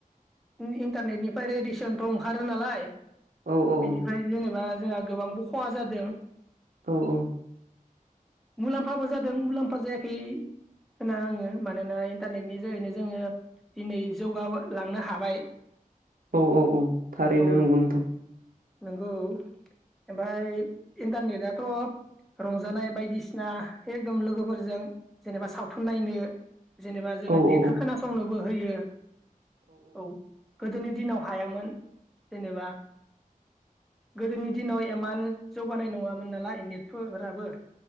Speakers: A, in the centre; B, on the right (about 75°).
A: उम इन्टारनेटनिफ्राय रेडिसन थ' ओंखारो नालाय
B: औ औ
A: बेनिफ्राय जेनेबा जोंहा गोबांबो खहा जादों।
B: औ औ।
A: मुलाम्फाबो जादों मुलाम्फा जायाखै होना आङो मानोना इन्टारनेटनि जोहैनो जोङो दिनै जौगाबो लांनो हाबाय।
B: औ औ औ थारैनो
A: औ
B: नंगौ नोंथां।
A: नंगौ ओमफाय इन्टारनेटाथ' रंजानाय बायदिसिना एकदम लोगोफोरजों जेनेबा सावथुन नायनो जेनेबा जोङो
B: औ
A: देंखो
B: औ
A: खोनासंनोबो होयो औ। गोदोनि दिनाव हायामोन जेनेबा गोदोनि दिनाव एमान जौगानाय नङामोन नालाय नेटफोर राबो